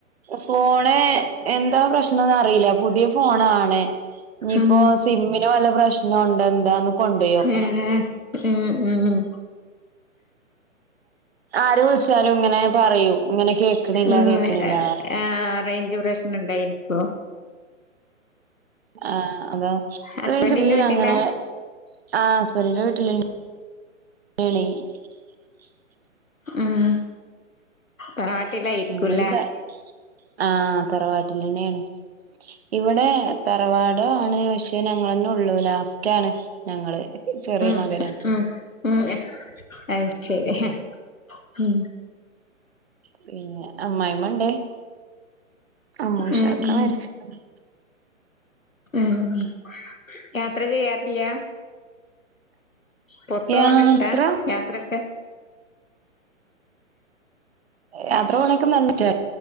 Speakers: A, on the right; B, on the left.
A: ഫോണ് എന്താ പ്രശ്നം അറിയില്ല പുതിയ ഫോണാണ് ഇനിപ്പോ
B: ഉം
A: സിമ്മിന് വല്ല പ്രശ്നോടെന്താ എന്താന്ന് കൊണ്ടുപോയി നോക്കണം
B: ഏഹ് ഉം ഉം
A: ആര് വിളിച്ചാലും ഇങ്ങനെ പറയും ഇങ്ങനെ കേക്കിണില്ല
B: ഉം
A: കേക്കിണില്ലാ
B: ആഹ് റേഞ്ച് പ്രശ്നം ഉണ്ടായിരിക്കോ
A: ആഹ് അതെ <unintelligible>
B: ഹസ്ബൻഡിന്റെ വീട്ടിലാ
A: അങ്ങനെ ആ ഹസ്ബൻറിന്റെ വീട്ടില് <unintelligible>
B: ഉം തറവാട്ടിലായിരിക്കുംല്ലേ
A: <unintelligible> ആഹ് തറവാട്ടിലെനെയേണ് ഇവിടെ തറവാടാണ് പക്ഷേ ഞങ്ങന്നെ ഉള്ളൂ ലാസ്റ്റ് ആണ് ഞങ്ങള് ചെറിയ
B: ആഹ്
A: മകരം
B: ഉം ഉം അത് ശരി ഉം
A: പിന്നെ അമ്മായിമ്മണ്ടേ അമ്മൂഷാക
B: ഉം ഉം
A: മരിച്ചി പോയി
B: ഉം യാത്ര ചെയ്യാറില്ല പൊറത്തു
A: യാത്ര
B: പോകണ ഇഷ്ട്ടാ യാത്രയൊക്കെ
A: യാത്ര പോണ്ക്കെ നല്ല